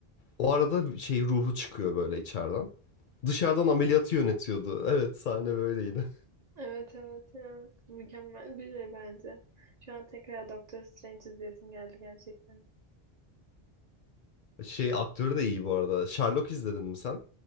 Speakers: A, on the left (about 60°); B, on the right (about 50°).
A: O arada şey ruhu çıkıyor böyle içeriden. Dışarıdan ameliyatı yönetiyordu. Evet sahne böyleydi.
B: Evet evet ya. Mükemmel bir şey bence. Şu an tekrar Doktor Strange izleyesim geldi gerçekten.
A: <laughs> Şey aktörü de iyi bu arada. Sherlock izledin mi sen?